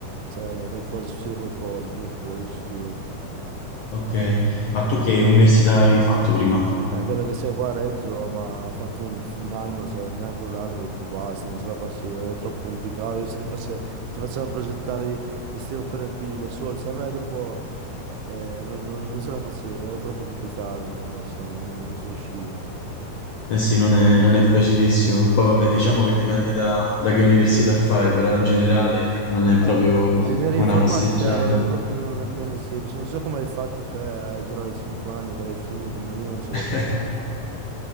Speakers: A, on the right; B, on the left.
A: cioè qualcosa, succede qualcosa prima o poi, sono sicuro.
B: ok. Ma tu che università avevi fatto prima?
A: Eh, quella che c'è qua a Reggio, ma ha fatto un, un anno, cioè neanche un anno, dopo basta, non ce la faceva, era troppo complicato, visto che face- ti facevano progettare i, i sistemi operativi da soli, cioè a me dopo eh, non, non- non ce la faceva, era troppo complicato, per me, insomma, non, non ci riuscivo.
B: eh sì, non è, non è facilissimo. Poi vabbè, diciamo che dipende da, da che università fai, però in generale non è
A: Eh,
B: proprio
A: ingegneria
B: una
A: informatica
B: passeggiata.
A: è proprio non, non è semplice. Non so come hai fatto te a durare cinque anni che l'hai finito, ma io non ce
B: <laughs>
A: l'ho fatta.